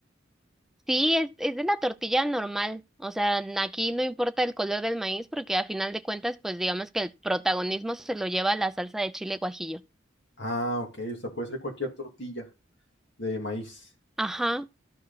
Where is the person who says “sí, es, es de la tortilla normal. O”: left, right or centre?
Centre